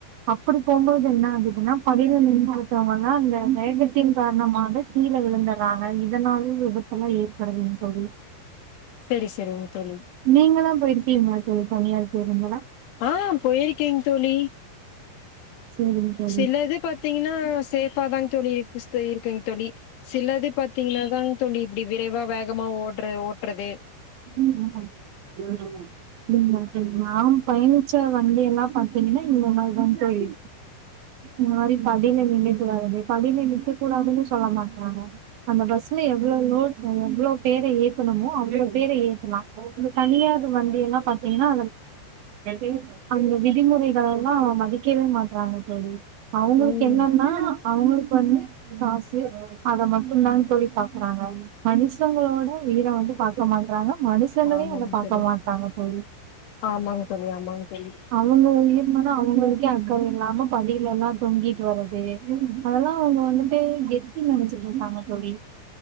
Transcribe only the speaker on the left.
சரி, சரிங்க தோழி.
ஆஹ் போயிருக்கேங் தோழி
சிலது பாத்தீங்ன்னா சேஃபா தாங் தோழி இருக்கு ஸ் போயிருக்கங் தோழி சிலது பாத்தீங்ன்னா தாங்தோழி இப்படி விரைவா வேகமா ஓ றே ஓட்றது
ம்
ஆமாங்க
தோழி
ஆமாங்க தோழி ஆமாங்க தோழி